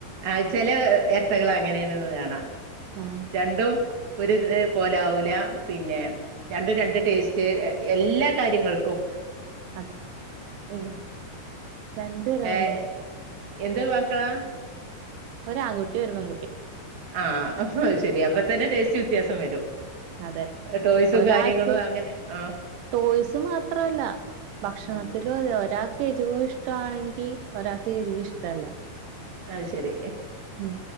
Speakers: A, on the right; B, on the right.
A: ആഹ് ചെല ഇരട്ടകള് അങ്ങനെയാണെന്ന് കാണാം.
B: ആഹ്
A: രണ്ടും ഒരു ഇതേ പോലെ ആവൂല. പിന്നെ രണ്ടും രണ്ട് ടേസ്റ്റ്. എല്ലാ കാര്യങ്ങൾക്കും.
B: അതെ
A: ഉം
B: രണ്ടുപേരും അങ്ങനെയാ
A: ഏഹ് എന്ത് മക്കളാ?
B: ഒരു ആൺകുട്ടീം. ഒരു പെൺകുട്ടീം.
A: ആഹ്. ആഹ് അതുശരി. അപ്പൊ തന്നെ ടേസ്റ്റ് വ്യത്യാസം വരും.
B: അതെ
A: ടോയ്സും
B: ഒരാക്ക്
A: കാര്യങ്ങളും അങ്ങനെ ആഹ്
B: ടോയ്സ് മാത്രല്ല. ഭക്ഷണത്തിലും
A: ഉം
B: അതെ ഒരാൾക്ക് എരിവ് ഇഷ്ടമാണെങ്കി ഒരാൾക്ക് എരിവ് ഇഷ്ടമല്ല.
A: അതു ശരി.
B: ഉം